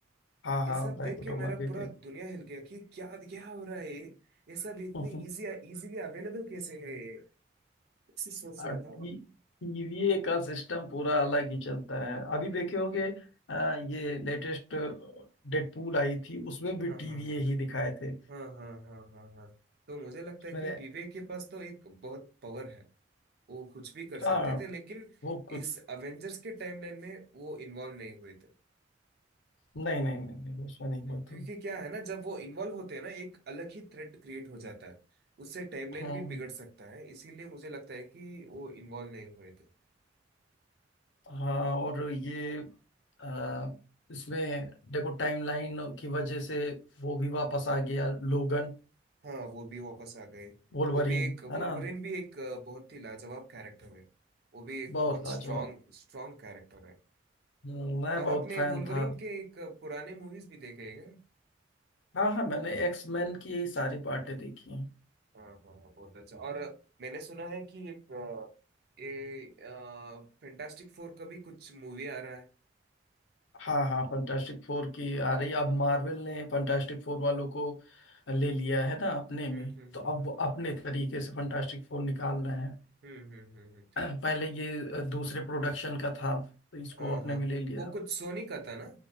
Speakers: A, on the left (about 80°); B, on the right (about 60°).
A: हाँ हाँ
B: ये सब
A: बैकवर्ड
B: देख के मेरा
A: मर गए
B: पूरा
A: थे
B: दुनिया हिल गया कि क्या क्या हो रहा है ये ये सब इतनी
A: <laughs>
B: इजी इजीली अवेलेबल कैसे है ये ऐसे सोच
A: और
B: रहा
A: टी,
B: था
A: टीवीए का सिस्टम पूरा अलग ही चलता है अभी
B: हम्म,
A: देखे होगे आ, ये लेटेस्ट डेडपूल आई थी उसमें भी
B: हाँ
A: टीवीए
B: हाँ हाँ
A: ही दिखाए थे
B: हाँ हाँ हाँ हाँ हाँ तो मुझे लगता है
A: मैंने
B: कि टीवी के पास तो एक बहुत पावर है वो कुछ भी कर
A: हाँ
B: सकते थे लेकिन
A: वो कुछ
B: इस अवेंजर्स के टाइमलाइन में वो इन्वॉल्व नहीं हुए थे
A: नहीं नहीं नहीं, नहीं उसमें नहीं हुआ
B: क्योंकि
A: था
B: क्या है ना जब वो इन्वॉल्व होते हैं ना एक अलग ही थ्रेड क्रिएट हो जाता है उससे टाइमलाइन
A: हाँ।
B: भी बिगड़ सकता है इसीलिए मुझे लगता है कि वो इन्वॉल्व नहीं हुए थे
A: हाँ और ये आ, इसमें देखो टाइमलाइन की वजह से वो भी वापस आ गया लोगन
B: हाँ वो भी वापस आ गए
A: वोल्वरीन
B: वो भी एक
A: है
B: वुल्वरिन
A: ना
B: भी एक अ, बहुत ही लाजवाब कैरेक्टर है वो भी एक
A: बहुत
B: बहुत
A: लाजवाब
B: स्ट्रांग स्ट्रांग कैरेक्टर है
A: हम्म, मैं
B: और
A: बहुत
B: आपने
A: फैन
B: वुल्वरिन
A: था
B: के एक अ, पुराने मूवीज भी देखे हैं क्या?
A: हाँ हाँ मैंने एक्स मैन की सारी पार्टें देखी हैं
B: हाँ हाँ हाँ, बहुत अच्छा और मैंने सुना है कि एक अ, ये फैंटास्टिक फोर का भी कुछ मूवी आ रहा है
A: हाँ हाँ फंटास्टिक फोर की आ रही अब मार्वल ने फंटास्टिक फोर वालों को ले लिया है ना अपने में
B: हम्म हम्म
A: तो
B: हम्म
A: अब
B: हम्म
A: वो अपने तरीके से फंटास्टिक फोर निकाल रहे हैं
B: हम्म हम्म हम्म, हम्म,
A: <clears throat> पहले ये दूसरे प्रोडक्शन का था तो इसको
B: हाँ
A: अपने
B: हाँ
A: में ले लिया
B: वो कुछ सोनी का था ना